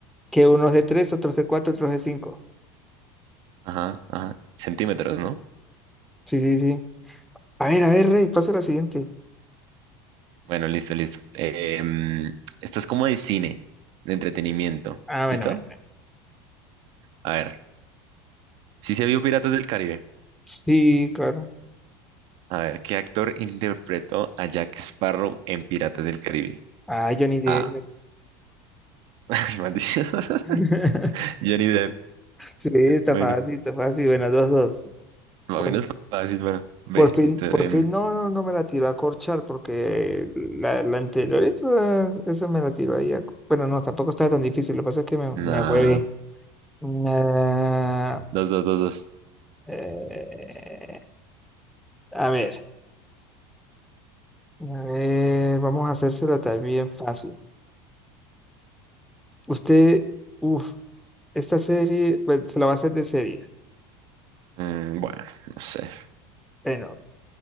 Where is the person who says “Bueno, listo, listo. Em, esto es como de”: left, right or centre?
Right